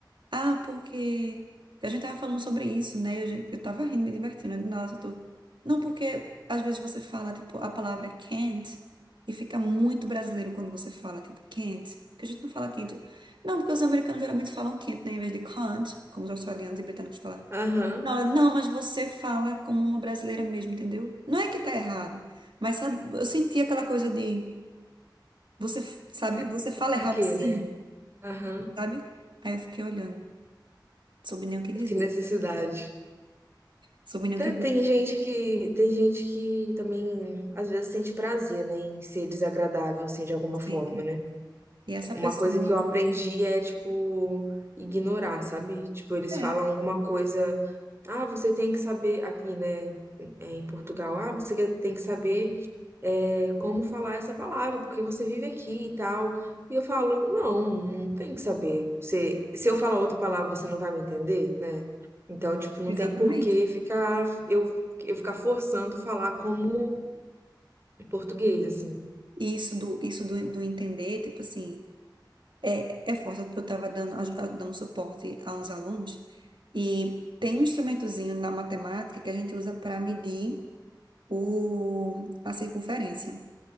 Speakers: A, on the right (about 80°); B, on the right (about 30°).
A: Ah, porque a gente tava falando sobre isso, né? Eu, gen- eu tava rindo, me divertindo. aí do eu tô... Não, porque às vezes você fala, tipo, a palavra can't e fica muito brasileiro quando você fala, tipo, can't. Porque a gente não fala can't. Não, porque os americanos geralmente falam can't, né? Em vez de can't, como os australianos e britânicos falam.
B: aham.
A: Não, não, mas você fala como uma brasileira mesmo, entendeu? Não é que tá errado, mas sabe, eu senti aquela coisa de você, f- sabe,
B: Pra,
A: você fala
B: pra
A: errado
B: quê,
A: sim,
B: né? Aham,
A: sabe? Aí eu fiquei olhando, não soube nem o que dizer.
B: que necessidade.
A: Sobrenome
B: Tá,
A: que dura
B: Tem gente que, tem gente que também, às vezes, sente prazer, né, em ser desagradável, assim, de alguma
A: sempre.
B: forma, né?
A: E essa
B: Uma
A: pessoa,
B: coisa que eu aprendi é, tipo, ignorar, sabe? Tipo, eles
A: é,
B: falam alguma coisa, ah, você tem que saber, aqui, né? é, em Portugal, ah, você quer- tem que saber é, como falar essa palavra, porque você vive aqui e tal. E eu falo, não, não tem que saber. Você, se eu falar outra palavra, você não vai me entender, né? Então, tipo, não
A: exatamente.
B: tem por que ficar eu, eu ficar forçando falar como português, assim.
A: E isso do, isso do, do entender, tipo assim, é, é forte. Eu estava dando, aj- dando suporte a uns alunos e tem um instrumentozinho na matemática que a gente usa para medir o, a circunferência.